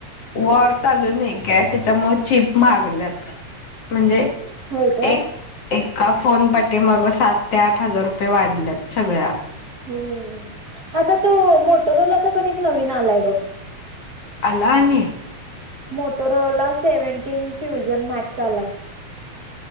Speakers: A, on the left; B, on the right.
A: वॉर चालूू नाही काय त्यांच्यामुळे चिप महागल्यात.
B: हा.
A: म्हणजे
B: होय का?
A: एक एका फोन पाठीमागे सात ते आठ हजार रुपये वाढल्यात सगळ्या.
B: हो आता तो मोटरोओलाचा पण एक नवीन आलाय बघ.
A: आला आनी.
B: मोटोरोला सेव्हन्टीन फ्युजन मार्क्स आलाय.